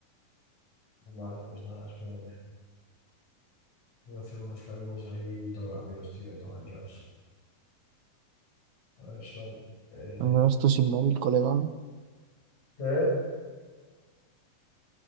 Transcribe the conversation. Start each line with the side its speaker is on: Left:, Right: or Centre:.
Left: Vale, pues nada, espérate. Voy a hacer unos cálculos ahí todo rápidos, tío, tomateos. A ver, son... eh,
Right: Al menos tú sin móvil, colegón.
Left: ¿Qué?